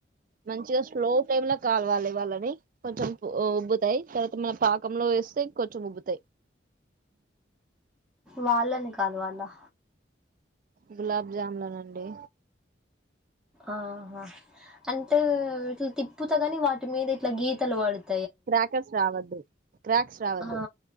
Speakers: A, on the right; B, in the centre.
A: మంచిగా స్లో ఫ్లేమ్ లో కాలవాలి వాళ్ళని కొంచెం ఉబ్బుతాయి. తర్వాత మనం పాకంలో వేస్తే కొంచెం ఉబ్బుతాయి.
B: వాళ్ళని కలవాలా
A: గులాబ్ జామ్ లనండి
B: ఆహా అంటే ఇట్లా తిప్పుతా కాని వాటి మీద ఇట్లా గీతలు వాడుతయి.
A: క్రాకర్స్ రావద్దు క్రాక్స్ రావద్దు
B: ఆ